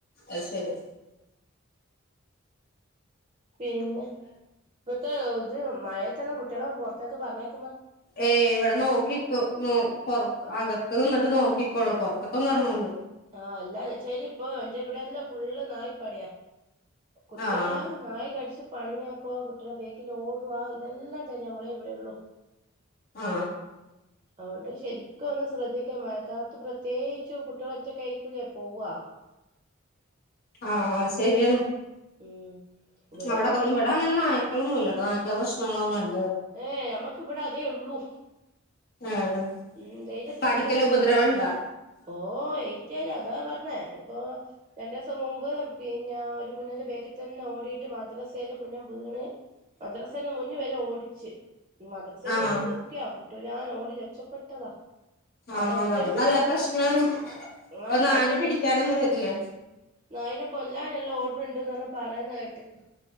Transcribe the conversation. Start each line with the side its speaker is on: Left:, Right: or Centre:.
Left: അത്ശരി
Right: പിന്നെ ഇപ്പത്തെ ഇത് മഴയ തന്നെ കുട്ടികളെ പുറത്തേക്കെ പറഞ്ഞയ
Left: ഏയ് ഇവിടെ നോക്കിക്കും ന പുറത്ത് അകത്തു നിന്നിട്ട് നോക്ക ള്ളൂ പുറത്തൊക്കോന്നും ഇറങ്ങില്ല
Right: ആ എല്ലാന്ന്ച്ചല് ഇപ്പോ എന്റെ ഇവിടെല്ലാം ഫുള്ള് നായിപ്പടയാ കുട്ടികളാ
Left: ആഹ്
Right: നായി കടിച്ച പണിയാക്കുവ കുട്ടികള ബേക്കിൽ ഓടുവാ ഇതെല്ലാം തഞ്ഞ മളേ ഇവിടെയള്ളു
Left: ആ
Right: അതുകൊണ്ട് ശരിക്കും ഒന്ന് ശ്രദ്ധിക്കാ മഴക്കാലത്ത് പ്രത്യേകിച്ച് കുട്ടികള ഒറ്റയ്ക്ക കെ പോവ
Left: ആഹ് ശരിയാണ്
Right: ഉം ഇവിടെ
Left: അവിടെങ്ങ
Right: ഇപ്പൊ
Left: ഇവിടെ അങ്ങനെ നായക്കളൊന്നും ഇല്ലട്ടോ നായക്കളെ പ്രശ്നങ്ങളൊന്നുമില്ല
Right: ഏയ് നമ്മക്ക് ഇവിടെ അതേ ഉള്ളൂ
Left: ആഹ്
Right: ഉം ദയിരത്തിൽ
Left: കടിക്കല്
Right: കുട്ടികളെ
Left: ഉപദ്രവണ്ടാ
Right: ഓ ഏറ്റ അതാ പറഞ്ഞേ ഒ രണ്ട ദിവസം മുമ്പ് പിന്നെ ഒരു കുഞ്ഞിന്റെ ബേക്കിൽ തന്നെ ഓടിട്ട് മദ്രസയില് കുഞ്ഞു വീ- ണ് മദ്രാസന്നെ മുന്നെ വരെ ഓടിച്ച് മദ്രസയിൽ
Left: ആഹ്
Right: പോയിട്ട കുട്ടിയാ കുട്ടി ഞാൻ ഓടി രക്ഷപ്പെട്ടതാ
Left: ആ
Right: അവിടെ എത്തി
Left: അതപ്പ
Right: നോക്കുമ്പോ
Left: നല്ല
Right: ആൾക്കാര്
Left: പ്രശ്നാണ് അപ്പൊ
Right: ആ
Left: നായെ
Right: കയ്യല്
Left: പിടിക്കാനൊന്നും വരില്ലേ
Right: നായിനെ കൊല്ലാനുള്ള ഓർഡർ ഇണ്ടെന്ന് പറയുന്ന കേട്ട്